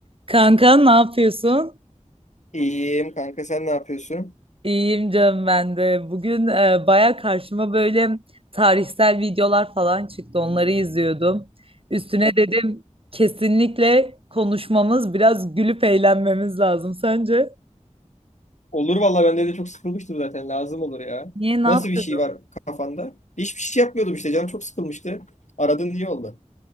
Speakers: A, on the right (about 45°); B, on the left (about 70°).
A: Kanka ne yapıyorsun?
B: İyiyim kanka sen ne yapıyorsun?
A: İyiyim canım ben de. Bugün e, baya karşıma böyle tarihsel videolar falan çıktı. Onları izliyordum. Üstüne dedim kesinlikle konuşmamız, biraz gülüp eğlenmemiz lazım. Sence?
B: Olur valla bende de çok sıkılmıştım zaten lazım olur ya.
A: Niye ne
B: Nasıl
A: yapıyordun?
B: bir şey var kafanda? Hiçbir şey yapmıyordum işte canım çok sıkılmıştı. Aradın iyi oldu.